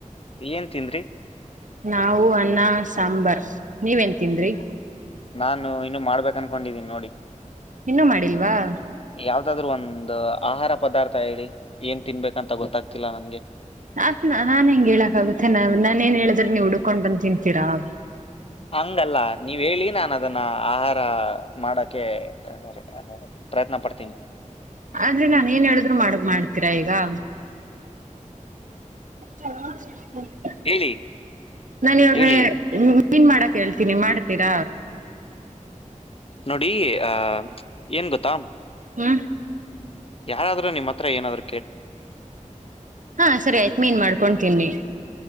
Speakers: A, on the left (about 45°); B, on the right (about 75°).
A: ಏನ್ ತಿಂದ್ರಿ., -
B: ನಾವು ಅನ್ನ, ಸಾಂಬಾರ್ ನೀವ ಎನ್ ತಿಂದ್ರಿ., -
A: ನಾನು ಇನ್ನು ಮಾಡಬೇಕ್., - ಅನ್ಕೊಂಡಿದೀನಿ ನೋಡಿ. -
B: ಇನ್ನೂ ಮಾಡಿಲ್ವಾ.,,
A: ಯಾವ್ದಾದ್ರು ಒಂದ ಅ ಆಹಾರ ಪದಾರ್ಥ ಹೇಳಿ ಏನ್ ತಿನ್ಬೇಕಂತಾ ಗೊತ್ತಾಗ್ತಿಲ್ಲ ನನ್ಗೆ. -
B: ಆ ನಾ ನಾನ್ ಹೆಂಗ್ ಹೇಳಕ್ ಆಗುತ್ತೆ. ನ ನಾನ್ ಏನ್ ಹೇಳದ್ರ ನೀವು ಹುಡುಕೊಂಡ್ ಬಂದ್ ತಿಂತೀರಾ.. -
A: ಹಂಗಲ್ಲಾ ನೀವ್ ಹೇಳಿ ನಾನನ್ದ., ಅದನ್ನ ಆಹಾರ ಮಾಡಕೆ ಅ ಅ ಪ್ರಯತ್ನ ಪಡ್ತೀನಿ.
B: ಆದ್ರೆ ನಾನ್ ಏನ್ ಹೇಳಿದ್ರು ಮಾಡ್ ಮಾಡ್ತೀರಾ ಈಗಾ. ಚಲಸ್ <unintelligible>
A: ಹೇಳಿ
B: ನಾನ ಇವಾಗ
A: ಹೇಳಿ
B: ಮೀನ್ ಮಾಡಕ್ ಹೇಳ್ತೀನಿ ಮಾಡ., - ಮಾಡತೀರ.
A: ನೋಡಿ ಆ ಏನ್ ಗೊತ್ತಾ..
B: ಹ್ಮ,
A: ಯಾರಾದ್ರರು ನಿಮ್ಮ್ ಹತ್ರ ಏನಾದ್-
B: ಹಾ, ಸರಿ ಆಯ್ತು ಮೀನ್ ಮಾಡ್ಕೊತೀನಿ ತಿನ್ನಿ.